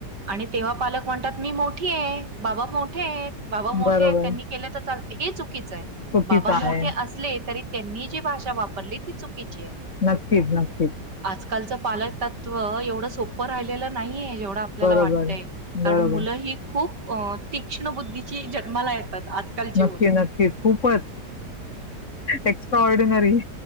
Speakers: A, on the right; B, on the left.
A: आणि तेव्हा पालक म्हणतात मी मोठी आहे, बाबा मोठे आहेत, बाबा मोठे
B: बरोबर.
A: आहेत, त्यांनी केले तर चाल हे चुकीचं आहे,
B: चुकीचं
A: बाबा
B: आहे.
A: मोठे असले तरी त्यांनी जी भाषा वापरली ती चुकीची आहे.
B: नक्कीच नक्कीच,
A: आजकालचं पालक तत्व एवढं सोपं राहिलेलं नाहीये जेवढ, आपल्याला
B: बरोबर,
A: वाटतय कारण
B: बरोबर.
A: मुलं ही खूप तीक्ष्ण बुद्धीची जन्माला येतात. आजकालची
B: नक्की
A: मुलं.
B: नक्की खूपच एक्स्ट्रा ऑर्डिनरी,